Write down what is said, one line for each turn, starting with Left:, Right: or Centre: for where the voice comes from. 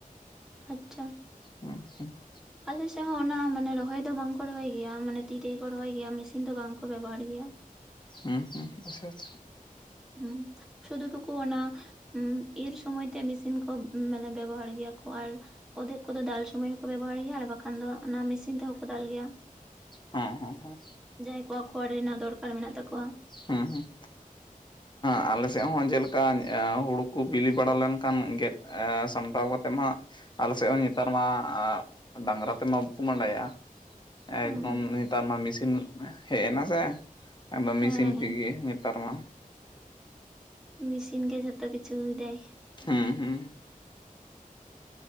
Centre: ᱟᱪᱪᱷᱟ᱾
Left: <unintelligible>
Centre: ᱟᱞᱮ ᱥᱮᱫ ᱦᱚᱸ ᱚᱱᱟ ᱢᱟᱱᱮ ᱨᱚᱦᱚᱭ ᱫᱚ ᱵᱟᱝ ᱠᱚ ᱨᱚᱦᱚᱭ ᱜᱮᱭᱟ, ᱢᱟᱱᱮ ᱛᱤ ᱛᱮ ᱜᱮ ᱠᱚ ᱨᱚᱦᱚᱭ ᱜᱮᱭᱟ ᱢᱮᱥᱤᱱ ᱫᱚ ᱵᱟᱝ ᱠᱚ ᱵᱮᱵᱚᱦᱟᱨ ᱜᱮᱭᱟ᱾
Left: ᱦᱩᱸ ᱦᱩᱸ ᱟᱪᱪᱟ ᱟᱪᱪᱟ
Centre: ᱦᱩ ᱥᱩᱫᱩ ᱴᱩᱠᱩ ᱚᱱᱟ ᱤᱨ ᱥᱚᱢᱚᱭ ᱛᱮ ᱢᱮᱥᱤᱱ ᱠᱚ ᱢᱟᱱᱮ ᱵᱮᱵᱚᱦᱟᱨ ᱜᱮᱭᱟ ᱠᱚ, ᱟᱨ ᱚᱫᱷᱮᱠ ᱠᱚᱫᱚ ᱫᱟᱞ ᱥᱚᱢᱚᱭ ᱦᱚᱸᱠᱚ ᱵᱮᱵᱚᱦᱟᱨ ᱜᱮᱭᱟ, ᱟᱨ ᱵᱟᱠᱷᱟᱱ ᱫᱚ ᱚᱱᱟ ᱢᱮᱥᱤᱱ ᱛᱮᱦᱚᱸ ᱠᱚ ᱫᱟᱞ ᱜᱮᱭᱟ᱾
Left: ᱦᱚᱸ ᱦᱚᱸ ᱦᱚᱸ
Centre: ᱡᱟᱦᱟᱸᱭ ᱠᱚᱣᱟᱜ ᱠᱷᱚᱲ ᱨᱮᱱᱟᱜ ᱫᱚᱨᱠᱟᱨ ᱢᱮᱱᱟᱜ ᱛᱟᱠᱚᱣᱟ
Left: ᱦᱩᱸ ᱦᱩᱸ
Centre: <unintelligible>
Left: ᱟᱞᱮ ᱥᱮᱫ ᱦᱚᱸ ᱡᱮᱞᱮᱠᱟ ᱦᱩᱲᱩ ᱠᱚ ᱵᱤᱞᱤ ᱵᱟᱲᱟ ᱞᱮᱱᱠᱷᱟᱱ ᱜᱮᱫ ᱥᱟᱢᱴᱟᱣ ᱠᱟᱛᱮᱫ ᱢᱟ ᱟᱞᱮ ᱥᱮᱫ ᱦᱚᱸ ᱱᱮᱛᱟᱨ ᱢᱟ ᱰᱟᱹᱝᱜᱨᱟ ᱛᱮᱢᱟ ᱵᱟᱠᱚ ᱢᱟᱸᱰᱟᱭᱟ᱾
Centre: ᱦᱩᱸ
Left: ᱮᱠᱫᱚᱢ
Centre: ᱦᱩᱸ
Left: ᱱᱮᱛᱟᱨ ᱢᱟ ᱢᱤᱥᱤᱱ ᱦᱮᱡᱮᱱᱟ ᱥᱮ, ᱮᱠᱫᱚᱢ
Centre: ᱦᱮᱸ
Left: ᱢᱮᱥᱤᱱ
Centre: ᱦᱮᱸ
Left: ᱛᱮᱜᱮ ᱱᱮᱛᱟᱨ ᱢᱟ,
Centre: ᱢᱮᱥᱤᱱ ᱜᱮ ᱡᱚᱛᱚ ᱠᱤᱪᱷᱩᱭ ᱫᱟᱭ᱾
Left: ᱦᱮᱸ ᱦᱮᱸ